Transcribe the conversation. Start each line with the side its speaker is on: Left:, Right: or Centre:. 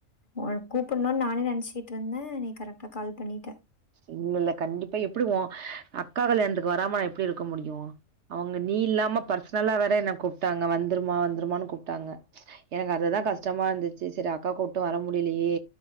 Left: ஒன்ன கூப்புட்ணுனு நானே நெனச்சுகிட்ருந்தே நீ கரெக்டா கால் பண்ணிட்ட
Right: இல்ல இல்ல கண்டிப்பா எப்டி ஓ அக்கா கல்யாணத்துக்கு வராம நா எப்டி இருக்க முடியு அவ்ங்க நீ இல்லாம பர்ஸ்னலா வேற என்ன கூப்ட்டாங்க வந்துருமா வந்துருமானு கூப்ட்டாங்க எனக்கு அதுதா கஷ்டமா இருந்துச்சு செரி அக்கா கூப்ட்டு வர முடியலயே